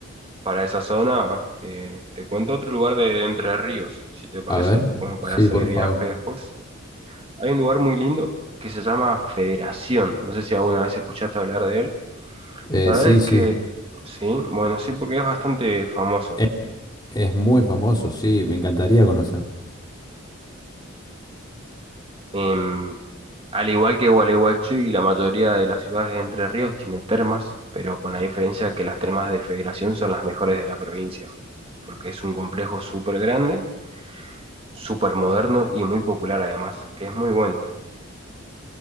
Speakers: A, on the right; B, on the left.
A: para esa zona, eh, te cuento otro lugar de Entre Ríos, si te parece,
B: A ver,
A: como para
B: sí,
A: seguir
B: por favor.
A: viaje después. Hay un lugar muy lindo que se llama Federación. No sé si alguna vez escuchaste hablar de él.
B: Eh,
A: La
B: sí,
A: verdad es
B: sí,
A: que sí, bueno, sí, porque es bastante famoso.
B: es, es muy famoso, sí, me encantaría conocer.
A: Em, al igual que Gualeguaychú y la mayoría de las ciudades de Entre Ríos tiene termas, pero con la diferencia que las termas de Federación son las mejores de la provincia, porque es un complejo súper grande, súper moderno y muy popular además, que es muy bueno.